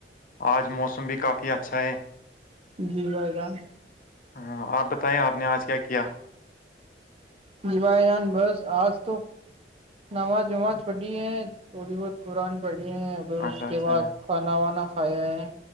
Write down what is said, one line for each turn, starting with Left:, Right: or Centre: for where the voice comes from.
Left: آج موسم بھی کافی اچھا ہے
Right: جی بھائی جان
Left: ہاں آپ بتائیے آپ نے آج کیا کیا
Right: جی بھائی جان بس آج تو نماز وماز پڑھی ہیں تھوڑی بہت قرآن پڑھنی ہیں پھر اس
Left: اچھا
Right: کے
Left: اچھا
Right: بعد کھانا وانا کھائے ہیں